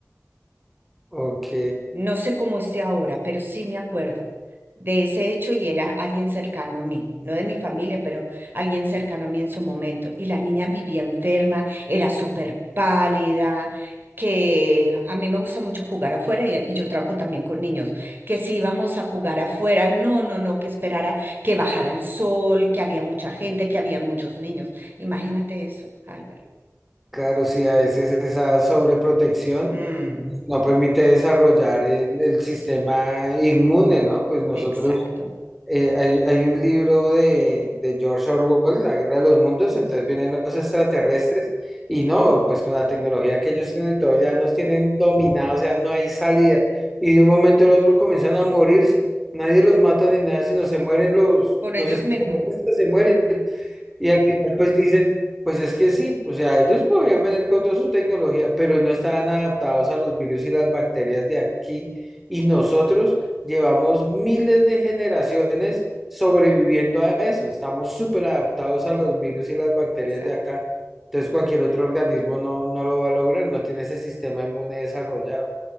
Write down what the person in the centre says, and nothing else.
Ok,
claro, sí, a veces esa sobreprotección
no permite desarrollar el, el sistema inmune, ¿no? Pues nosotros
eh, hay, hay un libro de, de George Orwell, La Guerra de los Mundos, entonces vienen los extraterrestres y no, pues con la tecnología que ellos tienen y todo, ya nos tienen dominados, o sea, no hay salida. Y de un momento al otro comienzan a morirse. Nadie los mata ni nada, sino se mueren los,
los extraterrestres,
se mueren. Y al final pues dicen, pues es que sí, o sea, ellos podrían venir con toda su tecnología, pero no estaban adaptados a los virus y las bacterias de aquí. Y nosotros Llevamos miles de generaciones sobreviviendo a eso. Estamos súper adaptados a los virus y las bacterias
de acá. Entonces cualquier otro organismo no, no lo va a lograr, no tiene ese sistema inmune desarrollado.